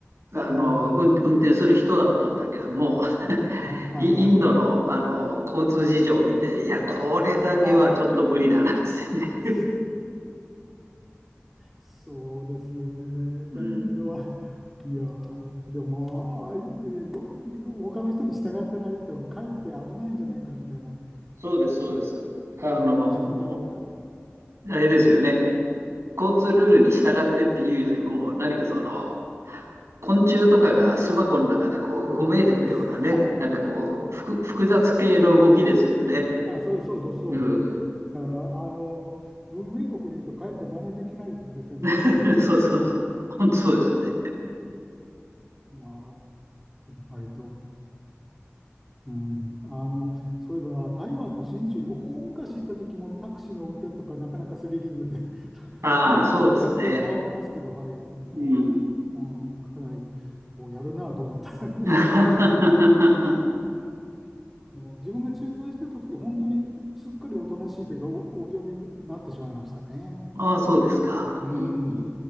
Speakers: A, on the right (about 80°); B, in the centre.
A: あの、
B: う。な、なるほど。
A: 運、運転する人だったんだけども、<laughs>
B: はい、はい、
A: イインドの、
B: はい。
A: あの交通事情を見て、いや、これだけはちょっと無理だなっつってね。
B: あー <laughs> そうですよね。
A: うん、
B: じゃあ、インドは。いやー、でも、あー、えーご、他の人に従ってないと、かえって危ないんじゃないかみたいな。
A: そうです、そうです。あの
B: うん、自分だけた。
A: あれですよね。交通ルールに従ってっていうよりも、何かその、昆虫とかが巣箱の中でこう、うごめいていくようなね、
B: <laughs>
A: なんかこう、複複雑系の動きですよね。
B: あ、そうそうそうそうですそうです。
A: うん。
B: だから、あの、文明国に言うと、かえって真似できないんですよね。
A: <laughs> そうそうそう。本当そうですよね。
B: まあ、割と。うん、あの、そういえば台湾の新州に大昔行った時もタクシーの運転とかなかなかスリリングで、<laughs>
A: ああ、
B: 今も全然変わってますけど、
A: そうですね。
B: はい、どう、
A: うん。
B: まあ、かなりおやるなと思ったんですけど、
A: <laughs>
B: <laughs> 自分が駐在してた時、本当にすっかりおとなしいというか、お、お行儀になってしまいましたね。
A: ああ、そうですか。
B: うん。
A: うん。